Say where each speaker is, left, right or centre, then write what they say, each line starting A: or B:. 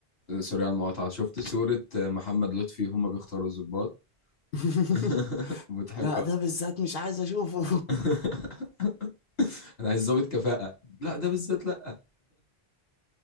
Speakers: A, on the left; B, on the left.
A: سوري على المقاطعة شفت صورة آه، محمد لطفي هما بيختاروا الضباط
B: <laughs>
A: <laughs> مضحكة
B: لا ده بالذات مش عايز اشوفه
A: <laughs> انا عايز ضابط كفاءة لا ده بالذات لا